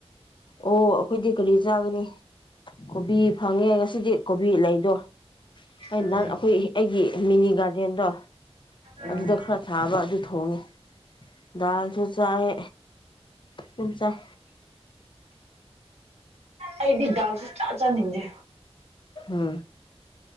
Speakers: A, on the left; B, on the right.
A: ꯑꯣ ꯑꯩꯈꯣꯏꯗꯤ ꯀꯔꯤ ꯆꯥꯒꯅꯤ ꯀꯣꯕꯤ ꯐꯪꯉꯦ ꯉꯁꯤꯗꯤ ꯀꯣꯕꯤ ꯂꯩꯗꯣ ꯑꯩ
B: ꯎꯝ
A: ꯅꯍꯥꯟ ꯑꯩꯈꯣꯏ ꯑꯩꯒꯤ ꯃꯤꯅꯤ ꯒꯥꯔꯗꯦꯟꯗꯣ
B: ꯎꯝ
A: ꯑꯗꯨꯗ ꯈꯔ ꯊꯥꯕ ꯑꯗꯨ ꯊꯣꯡꯉꯦ ꯗꯥꯜꯁꯨ ꯆꯥꯏ ꯁꯨꯝ ꯆꯥꯏ
B: ꯑꯩꯗꯤ ꯜꯁꯦ ꯆꯥ ꯆꯥꯅꯤꯡꯗꯦ
A: ꯎꯝ